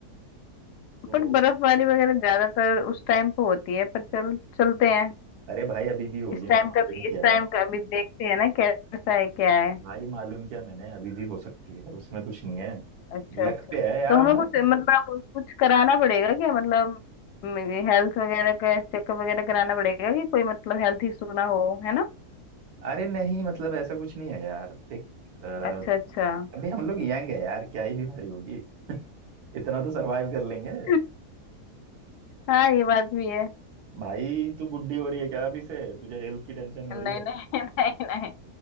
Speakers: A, on the right; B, on the left.
A: तो
B: पर बर्फबारी वगैरह ज्यादातर उस टाइम पे होती है पर चल चलते हैं
A: अरे भाई अभी भी होगी
B: इस
A: मैंने
B: टाइम
A: मालूम
B: का
A: किया
B: इस टाइम
A: है
B: का अभी देखते हैं ना कैसा है क्या है
A: भाई मालूम क्या मैंने अभी भी हो सकती है उसमें कुछ नहीं है
B: अच्छा
A: लक
B: अच्छा
A: पे है यार
B: तो
A: हमारी
B: हमें कुछ
A: किस्मत
B: मतलब कुछ कराना पड़ेगा क्या मतलब हेल्थ वगैरह का चेकअप वगैरह कराना पड़ेगा कि कोई मतलब हेल्थ इशू ना हो है ना
A: अरे नहीं मतलब ऐसा कुछ नहीं है यार देख अ,
B: अच्छा अच्छा
A: अभी हम लोग यंग है यार क्या ही बीमारी होगी इतना तो सरवाइव कर लेंगे
B: <laughs> हाँ ये बात भी है
A: भाई तू बुढ़ी हो रही है क्या अभी से तुझे हेल्थ की टेंशन हो
B: नहीं
A: रही है
B: नहीं <laughs> नहीं नहीं